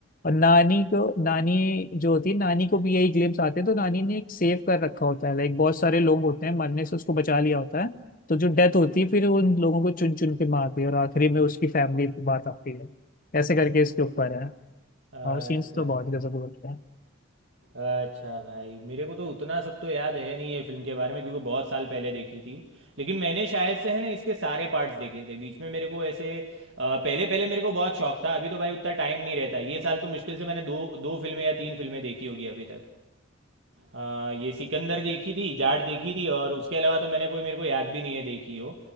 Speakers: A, on the left; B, on the right.
A: और नानी को नानी जो होती है नानी को भी यही ग्लिम्स आते हैं तो नानी ने एक सेव कर रखा होता है लाइक बहुत सारे लोग होते हैं मरने से उसको बचा लिया होता है तो जो डेथ होती है फिर उन लोगों को चुन चुन के मारती है और आखिरी में उसकी फैमिली की बात आती है ऐसे करके इसके ऊपर है
B: अच्छा
A: और सीन्स तो बहुत गजब लगते हैं
B: अच्छा भाई मेरे को तो उतना सब तो याद है नहीं ये फिल्म के बारे में क्योंकि बहुत साल पहले देखी थी लेकिन मैंने शायद से है ना इसके सारे पार्ट्स देखे थे बीच में मेरे को ऐसे अ, पहले पहले मेरे को बहुत शौक था अभी तो भाई उतना टाइम नहीं रहता ये साल तो मुश्किल से मैंने दो दो फिल्में या तीन फिल्में देखी होगी अभी तक आ, ये सिकंदर देखी थी जाट देखी थी और उसके अलावा तो मैंने कोई मेरे को याद भी नहीं है देखी हो